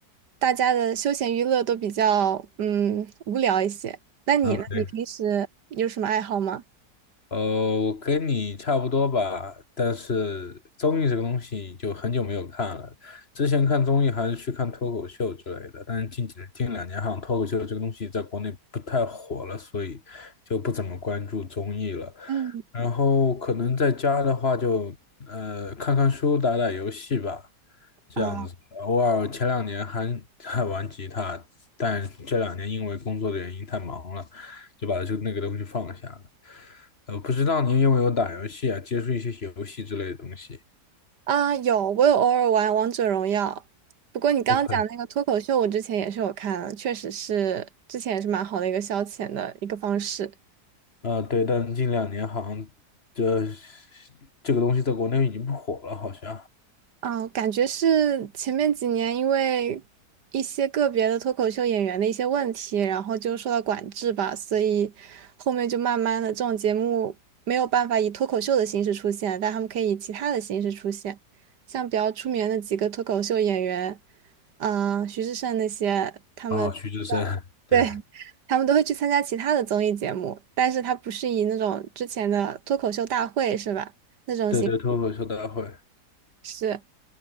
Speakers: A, on the right; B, on the left.
A: 大家的休闲娱乐都比较嗯无聊一些。那你呢？
B: 那肯定。
A: 你平时有什么爱好吗？
B: 呃，我跟你差不多吧，但是综艺这个东西就很久没有看了。之前看综艺还是去看脱口秀之类的，但是近几近两年好像脱口秀这个东西在国内不太火了，所以就不怎么关注综艺了。
A: 嗯，
B: 然后可能在家的话就呃看看书、打打游戏吧，这样子。
A: 啊。
B: 偶尔前两年还 <laughs> 还玩吉他，但这两年因为工作的原因太忙了，就把这那个东西放下了。呃，不知道您有没有打游戏啊？接触一些游戏之类的东西。
A: 啊，有，我有偶尔玩王者荣耀。不过你刚刚讲那个脱口秀，
B: OK。
A: 我之前也是有看，确实是之前也是蛮好的一个消遣的一个方式。
B: 啊，对，但近两年好像这这个东西在国内已经不火了，好像。
A: 啊，感觉是前面几年因为一些个别的脱口秀演员的一些问题，然后就受到管制吧，所以后面就慢慢的这种节目没有办法以脱口秀的形式出现，但他们可以以其他的形式出现，像比较出名的几个脱口秀演员。啊、呃徐志胜那些，他们
B: 啊，徐志胜，对
A: 对，他们都会去参加其他的综艺节目，但是他不是以那种之前的脱口秀大会是吧？那种
B: 对对，脱口秀大会。
A: 是。